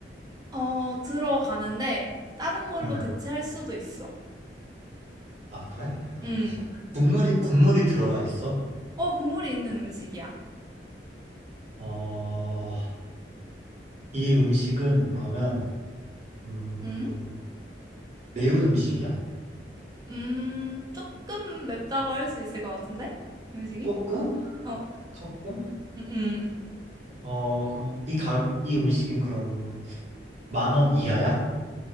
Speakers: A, on the right (about 20°); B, on the right (about 40°).
A: 어, 들어가는데 다른 걸로
B: 응
A: 대체할 수도 있어.
B: 아, 그래? 아,
A: 음.
B: 뭐지? 국물이, 국물이 들어가 있어?
A: 어, 국물이 있는 음식이야.
B: 어, 이 음식은 그러면, 음,
A: 음?
B: 매운 음식이야?
A: 음, 조금 맵다고 할 수 있을 것 같은데? 음식이?
B: 조금?
A: 어,
B: 조금?
A: 음, 음.
B: 어, 그럼 이 가, 이 음식은 그럼 만 원 이하야?